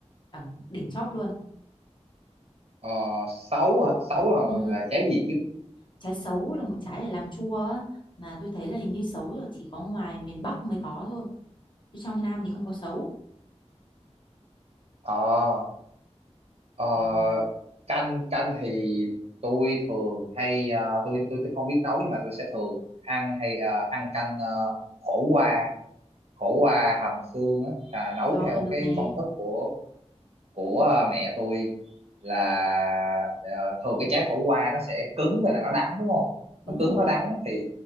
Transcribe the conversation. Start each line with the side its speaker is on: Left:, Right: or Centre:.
Left: đẳng đỉnh chóp luôn
Right: Ờ, sấu hả sấu là
Left: ừ.
Right: là trái gì chứ
Left: trái sấu là một trái để làm chua á mà tôi thấy là hình như sấu là chỉ có ngoài miền Bắc mới có thôi chứ trong Nam thì không có sấu
Right: ờ Ờ,
Left: ừ.
Right: canh canh thì tôi thường hay ờ, tôi tôi tôi không biết nấu nhưng mà tôi sẽ thường ăn hay ờ, ăn canh ờ, khổ qua khổ qua hầm xương á à, nấu
Left: trời
Right: theo
Left: được
Right: cái
Left: nè
Right: công thức của của ờ, mẹ tôi là ờ, thường cái trái khổ qua nó sẽ cứng với lại nó đắng đúng không
Left: đúng
Right: nó cứng nó
Left: rồi
Right: đắng thì